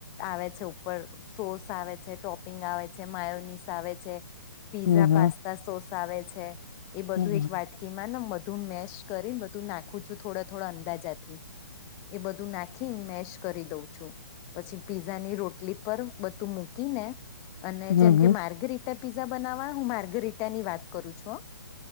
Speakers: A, on the left; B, on the left.
A: આવે છે ઉપર સોસ આવે છે ટોપિંગ આવે છે માયોનીસ આવે છે પીઝા
B: હમ હમ
A: પાસ્તા સોસ આવે છે એ બધું
B: હમ
A: એક વાટકી માં ને બધું મેેશ કરી બધું નાખું છું થોડા થોડા અંદાજાથી. એ બધું નાખીને મેેશ કરી દઉં છું. પછી પીઝાની રોટલી પર બધું મૂકીને અને
B: હમ
A: જેમ
B: હમ
A: કે માર્ગ રીટા પિઝા બનાવા હું માર્ગરીટાની વાત કરું છું